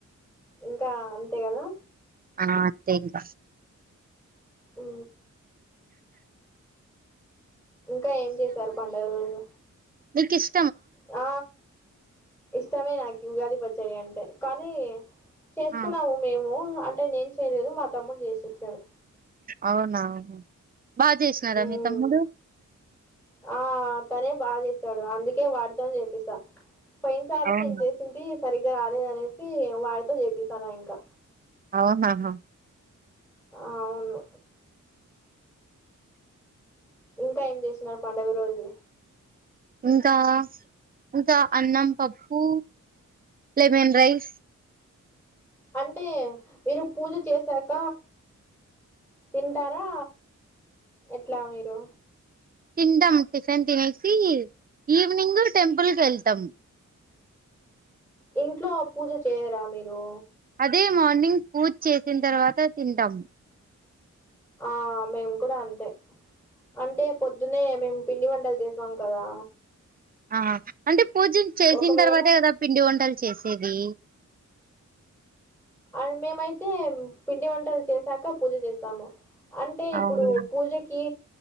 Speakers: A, in the centre; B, on the right.
A: ఇంకా అంతే కదా
B: ఆ అంతే ఇగ
A: ఉ ఇంకా ఏం చేశారు పండుగ రోజు
B: నికిష్
A: ఆ ఇష్టమే నాకి ఉగాది పచ్చడి అంటే కానీ చేసుకున్నాము
B: ఆ
A: మేము అంటే నేను చేయలేదు మా తమ్ముడు చేసిచ్చ చె <unintelligible>
B: అవునావు బాగా చేసినారా
A: మ్మ్
B: మీ తమ్ముడు
A: ఆ తనే బా చేస్త స్తాడు అందుకే వాడుతొని చెపస్త పిస్తా పోయినసారి
B: అవునా
A: నేను చేసింది సరిగ్గా రాలేదనేసి వాడితో చేపిస్తాన ఇంకా
B: అఓహాహా <unintelligible>
A: అవును ఇంకా ఏం చేసినారు పండుగ రోజు
B: ఇంకా ఇంకా అన్నం పప్పు లెమన్ రైస్
A: అంటే మీరు పూజ చేసాక తింటారా ఎట్లా మీరు
B: తింటాం టిఫిన్ తినేసి ఈవినింగ్ టెంపుల్ కె ళ్తాం
A: ఇంట్లో పూజ చేయరా మీరూ
B: అదే మార్నింగ్ పూజ చేసిన తర్వాత తింటాం
A: ఆ మేము కూడా అంతే అంటే పొద్దునే మేము పిండి వంట లు చేసాం కదా
B: ఆ అంటే పూజ చేసిన
A: ఒకవేళ
B: తర్వాతే కదా పిండి వంటలు చేసేది
A: అ మేమైతే పిండి వంటలు చేసాక పూజ చేస్తాము అంటే ఇప్పుడు
B: అవునా
A: పూజకి